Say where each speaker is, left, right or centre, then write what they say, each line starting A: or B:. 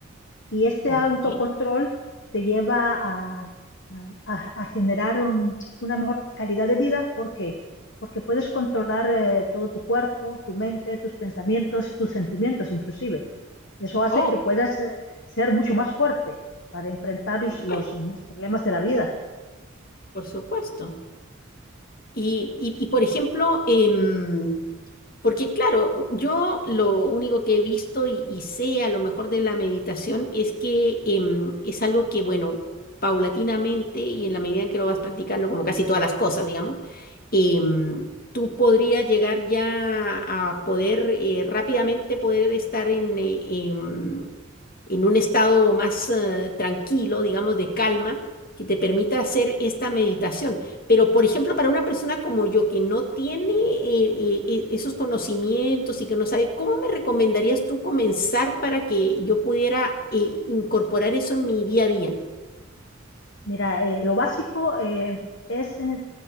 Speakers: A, on the left; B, on the left.
A: Y este
B: Ok.
A: autocontrol te lleva a, a- a- a generar un- una mejor calidad de vida. ¿Por qué? Porque puedes controlar eh, todo tu cuerpo, tu mente, tus pensamientos, tus sentimientos inclusive. Eso hace
B: Oh,
A: que puedas
B: por
A: eh, ser mucho más fuerte para enfrentar
B: supuesto,
A: los, los- los problemas de la vida.
B: por supuesto. Y, y, y, por ejemplo, em, Porque claro, yo lo único que he visto y, y sé a lo mejor de la meditación es que em, es algo que, bueno, paulatinamente y en la medida en que lo vas practicando, como casi todas las cosas, digamos, em, tú podrías llegar ya a poder eh, rápidamente poder estar en, eh, em, en un estado más eh, tranquilo, digamos, de calma, que te permita hacer esta meditación. Pero, por ejemplo, para una persona como yo que no tiene eh, eh, eh, esos conocimientos y que no sabe, ¿cómo me recomendarías tú comenzar para que yo pudiera eh, incorporar eso en mi día a día?
A: Mira, eh, lo básico eh, es eh,